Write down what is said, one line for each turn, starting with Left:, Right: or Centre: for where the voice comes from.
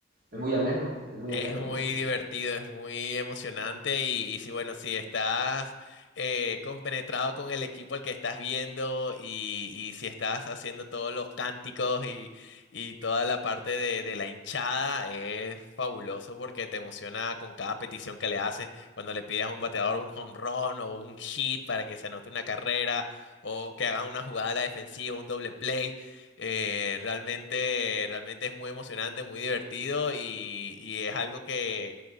Right: es muy ameno, es muy
Left: Es
Right: ameno.
Left: muy
Right: ¿no?
Left: divertido, es muy emocionante y, y sí, bueno, si estás eh, compenetrado con el equipo al que estás viendo y, y si estás haciendo todos los cánticos y, y toda la parte de, de la hinchada, es fabuloso porque te emociona con cada petición que le haces, cuando le pides a un bateador un home run o un hit para que se anote una carrera o que hagan una jugada a la defensiva, un doble play. Eh, realmente, realmente es muy emocionante, muy divertido y, y es algo que,